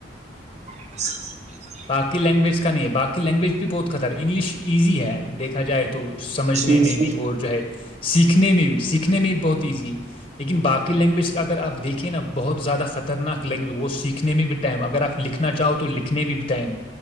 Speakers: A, on the right; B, on the left.
A: <inaudible> <inaudible>
B: بقی لینگویج کا نہیں ہے باقی <unintelligible> لینگویج بھی بہت خطر ہے انگلش ایزی ہے دھا جائے تو تو سمجھنے
A: ہوں،
B: میں بھی اور جو ہے <unintelligible> سیکھنے میں بھی سیکھنے میں بھی بہت ایزی ہے لیکن باقی لینگویج کا اگر آپ دیکھیں نا بہت زیادہ خطرناک لینگویج وہ سیکھنے میں بھی ٹائم ہے اگر آپ لکھنا چاہو توکھ تنے بھی ٹائم